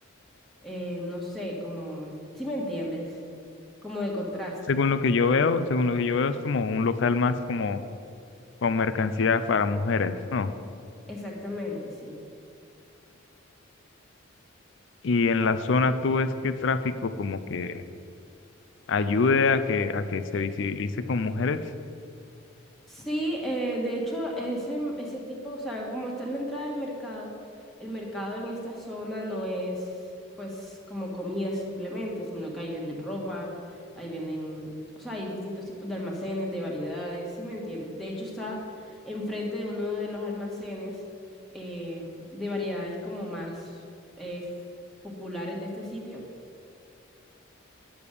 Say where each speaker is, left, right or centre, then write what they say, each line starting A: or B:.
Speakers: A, in the centre; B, on the left (about 60°).
A: eh, no sé, como, si me entiendes? Como de contraste.
B: Según lo que yo veo, según lo que yo veo es como un local más como con mercancía para mujeres, ¿no?
A: Exactamente, sí.
B: Y en la zona tú ves que el tráfico como que ayude a que a que se visibilice con mujeres.
A: Sí, eh, de hecho, ese, ese tipo, o sea, como está en la entrada del mercado, el mercado en esta zona no es pues como comida simplemente, sino que ahí venden ropa, ahí venden, o sea, hay distintos tipos de almacenes, de variedades, ¿sí me entiendes? De hecho, está enfrente de uno de los almacenes eh, de variedades como más eh, f- populares de este sitio.